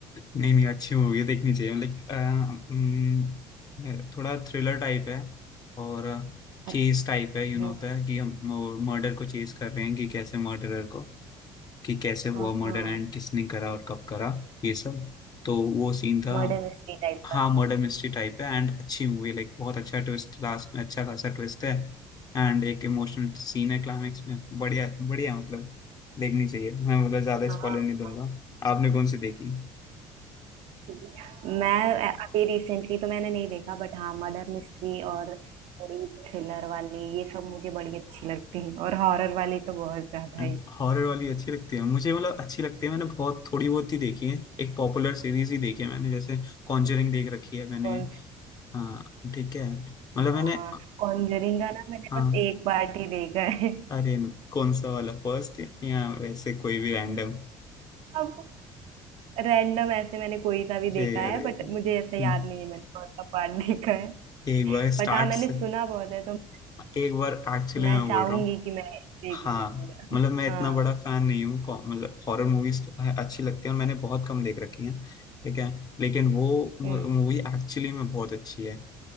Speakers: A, on the left (about 40°); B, on the right (about 75°).
A: नहीं नहीं अच्छी मूवी है देखनी चाहिए मतलब अ, हम्म, थोड़ा थ्रिलर टाइप है और
B: अच्छा
A: चेज टाइप है यू नो
B: हम्म,
A: होता है कि हम मर्डर को चेज कर रहे हैं कि कैसे मर्डरर को कि कैसे हुआ
B: हाँ
A: मर्डर एंड किसने करा और कब करा ये सब तो वो सीन था
B: मर्डर मिस्ट्री टाइप
A: हाँ
B: का
A: मर्डर मिस्ट्री टाइप है एंड अच्छी मूवी लाइक बहुत अच्छा ट्विस्ट लास्ट में अच्छा खासा ट्विस्ट है एंड एक इमोशनल सीन है क्लाइमेक्स में बढ़िया बढ़िया मतलब देखनी चाहिए मैं मतलब ज्यादा स्पॉइलर
B: हाँ हाँ,
A: नहीं दूंगा आपने कौन सी देखी
B: ठीक है। मैं अभी रिसेंटली तो मैंने नहीं देखा बट हाँ मर्डर मिस्ट्री और थोड़ी थ्रिलर वाली ये सब मुझे बड़ी अच्छी लगती है और हॉरर वाली तो बहुत ज्यादा
A: <clears throat>
B: ही
A: हॉरर वाली अच्छी लगती है मुझे मतलब अच्छी लगती है मैंने बहुत थोड़ी बहुत ही देखी है एक पॉपुलर सीरीज ही देखी है मैंने जैसे कॉन्जरिंग देख रखी है मैंने
B: कौन सी
A: हाँ ठीक है मतलब
B: हाँ
A: मैंने
B: कॉन्जरिंग का ना मैंने
A: हाँ
B: बस एक पार्ट ही देखा है
A: अरे कौन सा वाला फर्स्ट या वैसे कोई भी रैंडम
B: अब रैंडम ऐसे मैंने कोई सा भी देखा
A: अरे अरे
B: है बट मुझे ऐसे
A: हम्म,
B: याद नहीं है मैंने कौन सा पार्ट देखा है
A: एक बार स्टार्ट
B: बट हाँ मैंने
A: से
B: सुना बहुत है तो
A: एक बार एक्चुअली
B: मैं
A: मैं
B: चाहूंगी
A: बोल रहा हूँ
B: कि मैं देखूं
A: हाँ
B: पूरा
A: मतलब मैं इतना
B: हाँ
A: बड़ा फैन नहीं हूँ कौ- मतलब हॉरर मूवीज अच्छी लगती है और मैंने बहुत कम देख रखी है, ठीक है, लेकिन वो मूवी
B: हम्म
A: एक्चुअली में बहुत अच्छी है